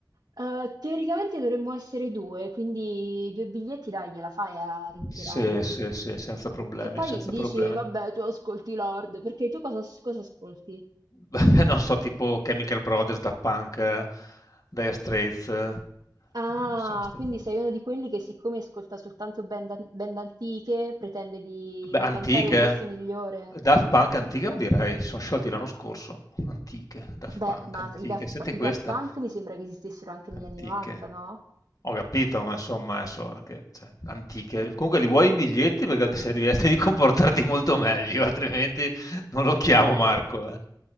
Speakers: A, on the right; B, on the left.
A: Eh, teoricamente dovremmo essere due, quindi due biglietti dai, gliela fai a recuperarmeli.
B: Sì, sì, sì, senza problemi,
A: Che poi
B: senza
A: dici,
B: problemi.
A: vabbè, tu ascolti Lord, perché tu cosa, cosa ascolti?
B: <laughs> Beh, non so, tipo Chemical Brothers, da Punk, eh, Dire Straits. eh,
A: Ah,
B: non so, st-
A: quindi sei uno di quelli che siccome ascolta soltanto band, an- band antiche, pretende di
B: Beh,
A: millantare
B: antiche.
A: un gusto migliore.
B: Daft Punk antiche non direi, si sono sciolti l'anno scorso. Antiche, Daft
A: Beh,
B: Punk
A: ma
B: antiche.
A: i Daft,
B: Senti
A: P-
B: questa,
A: i Daft Punk mi sembra che esistessero anche negli
B: antiche.
A: anni 90, no?
B: Ho capito, ma insomma, adesso che, cioè, antiche. Comunque li vuoi i biglietti perché altri sei devi di comportarti molto meglio, altrimenti non lo chiamo Marco. eh.